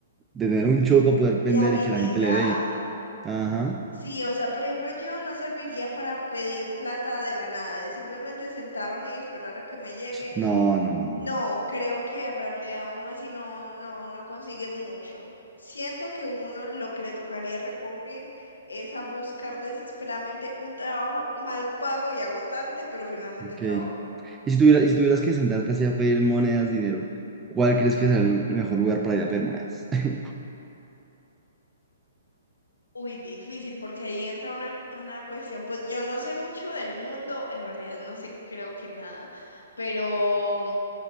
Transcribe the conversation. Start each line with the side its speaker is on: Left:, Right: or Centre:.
Right: de tener un show para poder
Left: de
Right: vender
Left: habilidad.
Right: y que la gente le dé. Ajá.
Left: Sí, o sea, por ejemplo, yo no serviría para pedir plata de la nada, es simplemente sentarme y esperar a que me llegue
Right: No, no, no.
Left: No, creo que en realidad uno así no, no, no consigue mucho. Siento que uno lo que le tocaría recurrir es a buscar desesperadamente un trabajo mal pago y agotante, pero finalmente
Right: Ok.
Left: trabajo.
Right: Y si tuvieras, y si tuvieras que sentarte así a pedir monedas, dinero, ¿cuál crees que es el mejor lugar para ir a pedir monedas? <laughs>
Left: Uy, difícil, porque ahí entra una, una cuestión. Pues yo no sé mucho del mundo, en realidad no sé, creo que nada, pero